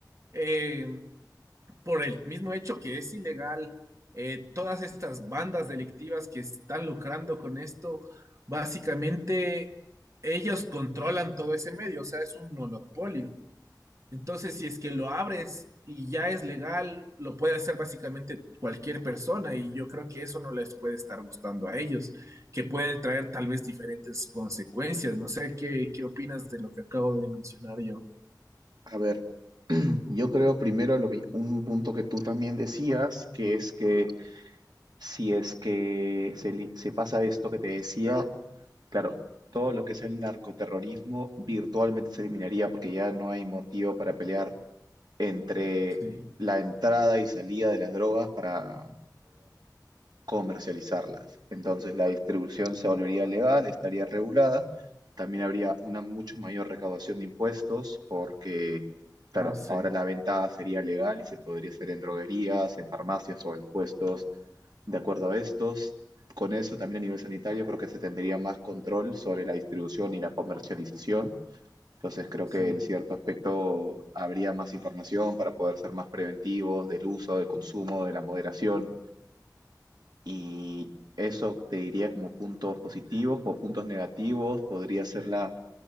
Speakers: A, on the right; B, on the right.
A: eh, por el mismo hecho que es ilegal, eh, todas estas bandas delictivas que están lucrando con esto, básicamente ellos controlan todo ese medio, o sea, es un monopolio. Entonces, si es que lo abres y ya es legal, lo puede hacer básicamente cualquier persona y yo creo que eso no les puede estar gustando a ellos, que puede traer tal vez diferentes consecuencias. No sé qué, qué opinas de lo que acabo de mencionar yo.
B: A ver, <clears throat> yo creo primero lo mi- un punto que tú también decías, que es que si es que se, li- se pasa esto que te decía, claro, todo lo que es el narcoterrorismo virtualmente se eliminaría porque ya no hay motivo para pelear entre
A: Sí.
B: la entrada y salida de las drogas para comercializarlas. Entonces la distribución se volvería legal, estaría regulada, también habría una mucho mayor recaudación de impuestos porque, claro,
A: Ah, sí,
B: ahora la venta sería legal y se podría hacer en droguerías, en farmacias o en puestos de acuerdo a estos. Con eso también a nivel sanitario creo que se tendría más control sobre la distribución y la comercialización. Entonces creo
A: sí,
B: que en cierto aspecto habría más información para poder ser más preventivos del uso, del consumo, de la moderación. Y eso te diría como puntos positivos, como puntos negativos, podría ser la